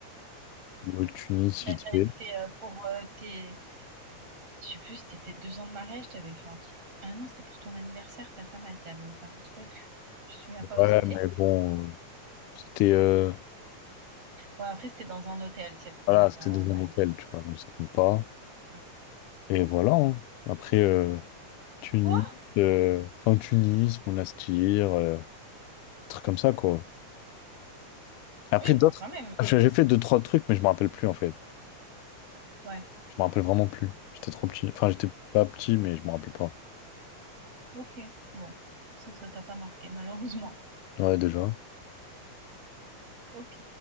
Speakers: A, on the left; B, on the right.
A: le Tunis,
B: Bah,
A: vite
B: t'avais
A: fait.
B: fait euh, pour euh, tes. Je sais plus, c'était tes deux ans de mariage, t'avais fait un truc. Ah non, c'était pour ton anniversaire, ta femme, elle t'avait offert un truc. Tu te souviens
A: Ouais,
B: pas où c'était?
A: mais bon, euh, c'était euh,
B: Ouais, après, c'était dans un hôtel, c'est vrai, on
A: voilà,
B: n'est pas.
A: c'était dans
B: Ouais.
A: un hôtel, tu vois, donc ça compte pas.
B: Ouais.
A: Et voilà. hein. Après, euh, Tunis,
B: Quoi?
A: euh, enfin Tunis, Monastir, euh, des trucs comme ça, quoi. Après,
B: Oui,
A: d'autres,
B: bon, quand même.
A: j'ai j'ai fait deux, trois trucs, mais je me rappelle plus, en fait.
B: Ouais,
A: Je me rappelle vraiment plus. J'étais trop petit. Enfin, j'étais pas petit, mais je me rappelle pas.
B: ok. Bon, c'est que ça t'a pas marqué, malheureusement.
A: Ouais, déjà.
B: Ok.